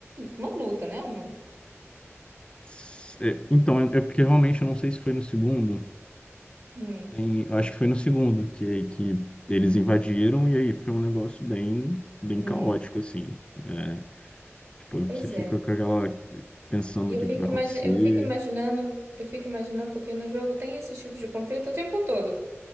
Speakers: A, on the right; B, on the left.
A: uma luta, né? Uma,
B: S- é, então, é, é porque realmente eu não sei se foi no segundo.
A: hum,
B: Tem- eu acho que foi no segundo que, que eles invadiram e aí foi um negócio bem, bem
A: hum.
B: caótico, assim. É, tipo,
A: Pois
B: você fica
A: é.
B: com aquela... pensando
A: E
B: o
A: eu
B: que
A: fico,
B: que vai
A: imagi
B: acontecer.
A: eu fico imaginando, eu fico imaginando, porque no jogo tem esse tipo de conflito o tempo todo.